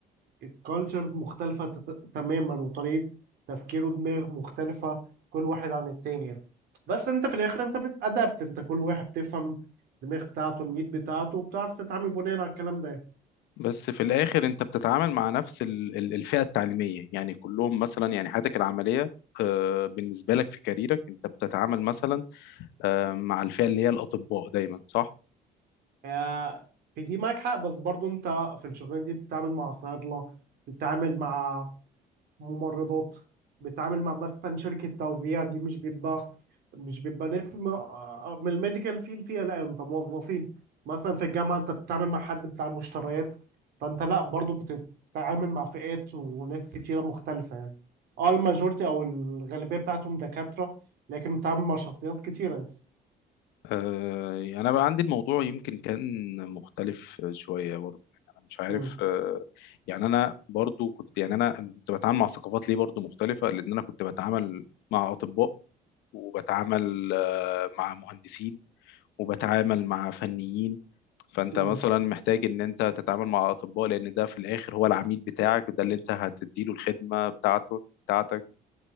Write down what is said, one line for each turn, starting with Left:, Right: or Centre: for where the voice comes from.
Right: الكالتشرز مختلفه تت- تماما وطريقه تفكير ودماغ مختلفه كل واحد عن التاني يعني بس انت في الاخر انت بتأدبت انت كل واحد بتفهم الدماغ بتاعته الميت بتاعته وبتعرف تتعامل بناء على الكلام ده
Left: بس في الاخر انت بتتعامل مع نفس ال- ال- الفئه التعليميه يعني كلهم مثلا يعني حياتك العمليه آه، بالنسبه لك في كاريرك انت بتتعامل مثلا آه، مع الفئه اللي هي الاطباء دايما صح
Right: آه، في دي معاك حق بس برضو انت في الشغلانه دي بتتعامل مع صيادله بتتعامل مع ممرضات بتتعامل مع مثلا شركة توزيع دي مش بيبقى مش بيبقى ناس م- آه، من الميديكال فيل فيها لا انت موظفين مثلا في الجامعة انت بتتعامل مع حد بتاع مشتريات فانت لا برضو بتتعامل مع فئات وناس كتيرة مختلفة يعني اه الماجورتي او الغالبية بتاعتهم دكاترة لكن بتتعامل مع شخصيات كتيرة يعني.
Left: آه، انا بقى عندي الموضوع يمكن كان مختلف شويه برضه يعني انا مش عارف
Right: امم
Left: آه، يعني انا برضو كنت يعني انا كنت بتعامل مع ثقافات ليه برضو مختلفه لان انا كنت بتعامل مع اطباء وبتعامل آه، مع مهندسين وبتعامل مع فنيين فانت
Right: امم
Left: مثلا محتاج ان انت تتعامل مع اطباء لان ده في الاخر هو العميل بتاعك ده اللي انت هتديله الخدمه بتاعته بتاعتك